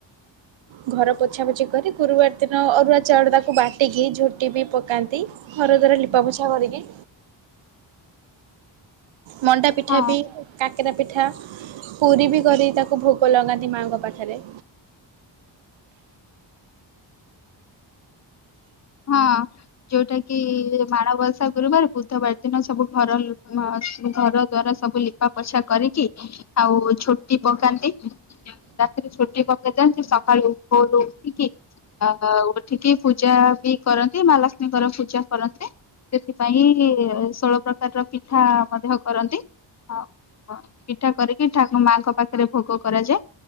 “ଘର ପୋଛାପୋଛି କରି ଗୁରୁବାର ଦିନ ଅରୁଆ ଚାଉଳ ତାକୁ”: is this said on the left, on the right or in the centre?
Right